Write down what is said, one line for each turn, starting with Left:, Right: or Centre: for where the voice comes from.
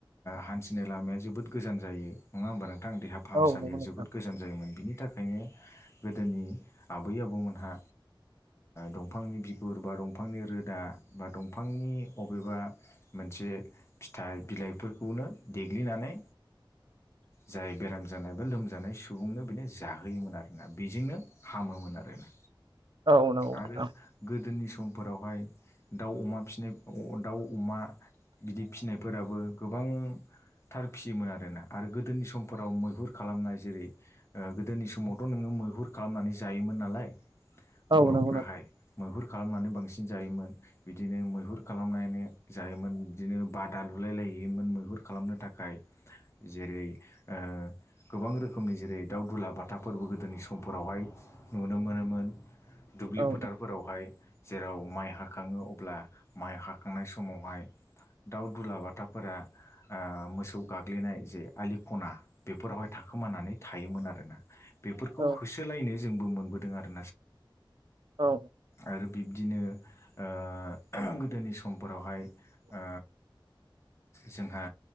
Left: हान्थिनाय लामाया जोबोद गोजान जायो नङा होमबा नोंथां? देहा फाहामसालिया
Right: औ नंगौ नोंथां
Left: जोबोद गोजान जायोमोन बिनि थाखायनो गोदोनि आबै आबौमोनहा दंफांनि बिगुर बा दंफांनि रोदा बा दंफांनि अबेबा मोनसे फिथाइ बिलाइफोरखौनो देग्लिनानै जाय बेराम जानाय बा लोमजानाय सुबुंनो बेनो जाहोयोमोन आरोना बेजोंनो हामोमोन आरोना
Right: औ नंगौ नोंथां
Left: आरो गोदोनि समफोरावहाय दाउ अमा फिसिनाय दाउ अमा गिदिर फिसिनायफोराबो गोबांथार फिसियोमोन आरोना आरो गोदोनि समफोराव मैहुर खालामनाय जेरै गोदोनि समावथ' नोङो मैहुर खालामनानै जायोमोन नालाय
Right: औ
Left: बर'फ्राहाय
Right: नंगौ नोंथां
Left: मैहुर खालामनानै बांसिन जायोमोन बिदिनो मैहुर खालामनायानो जायोमोन बिदिनो बादा लु लुलायलायहैयोमोन मैहुर खालामनो थाखाय, जेरै ओ गोबां रोखोमनि जेरै दाउ दुलाबाथाफोरबो गोदोनि समफोरावहाय नुनो मोनोमोन दुब्लि
Right: औ
Left: फोथारफोरावहाय जेराव माइ हाखाङो अब्ला माइ हाखांनाय समावहाय दाउ दुलाबाथाफोरा ओ मोसौ गाग्लिनाय जे आलि खना बेफोर फोरावहाय थाखोमानानै थायोमोन आरोना। बेफोरखौ
Right: औ
Left: होसोलायनो जोंबो मोनबोदों आरो
Right: औ।
Left: आरो बिब्दिनो ओ गोदोनि समफोरावहाय ओ जोंहा